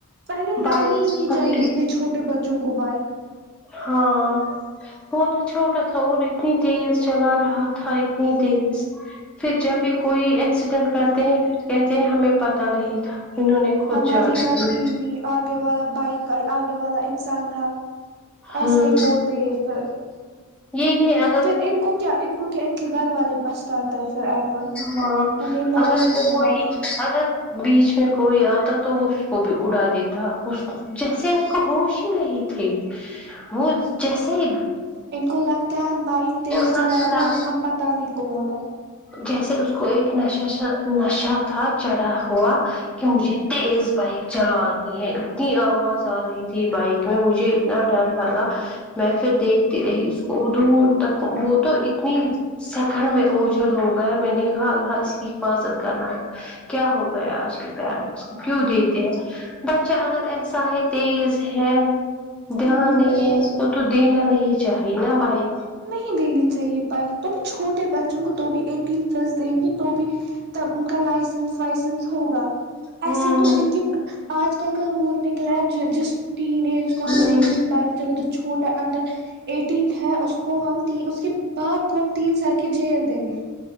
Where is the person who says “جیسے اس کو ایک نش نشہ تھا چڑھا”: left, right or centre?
Centre